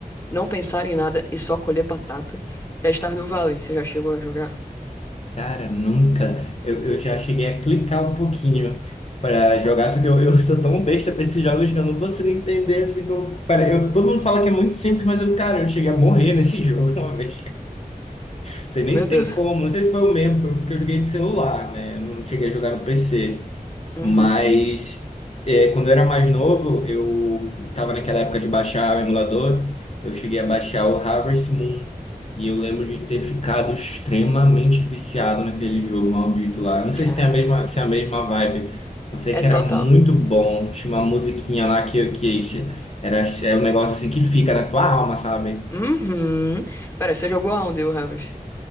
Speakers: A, on the left; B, on the left.
A: não pensar em nada e só colher batata, é Stardew Valley. Você já chegou a jogar?
B: Cara, nunca. Eu, eu já cheguei a clicar um pouquinho pra jogar, só que eu, eu sou tão besta pra esses jogos que eu não consigo entender assim como. Para, eu, todo mundo fala que é muito simples, mas eu, cara, eu cheguei a morrer nesse <laughs> jogo uma vez. Não sei nem
A: Meu
B: se
A: Deus.
B: tem como, não sei se foi o mesmo, foi porque eu joguei de celular, né? Eu Não cheguei a jogar no PC.
A: Uhum.
B: Mas é, quando eu era mais novo, eu tava naquela época de baixar o emulador, eu cheguei a baixar o Harvest Moon. E eu lembro de ter ficado extremamente viciado naquele jogo maldito lá. Não sei
A: Cara,
B: se tem a mesma, se é a mesma vibe. Só sei
A: é
B: que
A: total.
B: era muito bom. Tinha uma musiquinha lá que, que era, é um negócio assim que fica na tua alma, sabe?
A: Uhum. Pera, você jogou aonde, o Harvest?